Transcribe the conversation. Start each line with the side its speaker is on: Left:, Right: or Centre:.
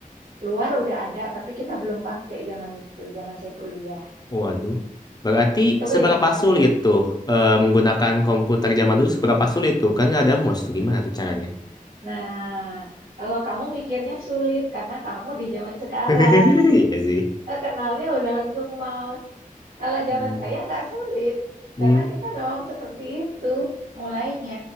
Right: luar udah ada, tapi kita belum pakai zaman itu, zaman saya kuliah.
Left: Waduh. Berarti
Right: Kebayang,
Left: seberapa
Right: kebayang.
Left: sulit tuh eh, menggunakan komputer zaman dulu seberapa sulit tuh? Kan nggak ada mouse tuh gimana tuh caranya?
Right: Nah, kalau kamu mikirnya sulit karena kamu di zaman sekarang,
Left: <laughs> Iya sih.
Right: eh, kenalnya udah langsung mouse. Kalau zaman
Left: Hmm.
Right: saya nggak sulit,
Left: Hmm.
Right: karena kita memang seperti itu mulainya.